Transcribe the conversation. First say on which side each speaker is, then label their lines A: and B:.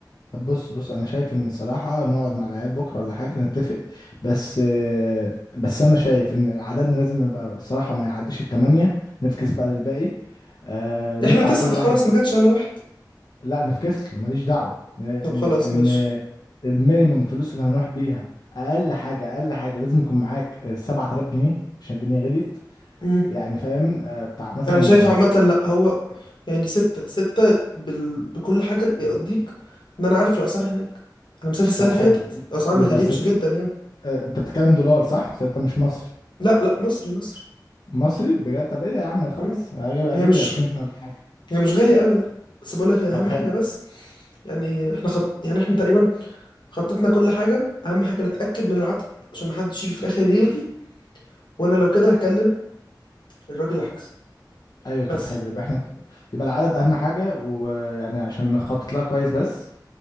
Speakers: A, on the left (about 60°); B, on the left (about 85°).
A: طب بص بص انا شايف ان صراحة نقعد مع العيال بكرة ولا حاجة نتفق بس آه، بس انا شايف ان عددنا لازم يبقى الصراحة ما يعديش التمانية نفكس بقى للباقي آه، نطلع
B: احنا تسعه
A: كل
B: خلاص
A: واحد
B: ما جاتش على واحد
A: لا نفكس له ماليش دعوة ان
B: طب خلاص ماشي
A: إن المينيمم فلوس اللي هنروح بيها اقل حاجة اقل حاجة لازم يكون معاك آه، سبعة آلاف جنيه عشان الدنيا غليت
B: امم
A: يعني فاهم آه، بتاع مثلا
B: انا شايف عامه لا هو يعني ستة ستة بال... بكل حاجة يقضيك ان انا عارف الاسعار هناك انا مسافر السنة
A: طب
B: اللي
A: حلو
B: فاتت الاسعار
A: يبقى
B: ما غليتش
A: ست
B: جدا يعني
A: آه، انت بتتكلم دولار صح؟ ستة مش مصري
B: لا لا مصري مصري
A: مصري بجد طب ايه ده يا عم خلاص
B: مم.
A: اجيب, أجيب
B: هي مش
A: لي 20 ولا حاجه
B: هي مش غالية قوي لا بس بقول لك اهم
A: طب حلو
B: حاجة بس يعني احنا خط... يعني احنا تقريبا خططنا كل حاجة أهم حاجة نتأكد من العدد عشان محدش يجي في الآخر يلغي وأنا لو كده هكلم الراجل عكس
A: ايوه طب
B: بس
A: حلو يبقى احنا يبقى العدد اهم حاجه ويعني عشان نخطط لها كويس بس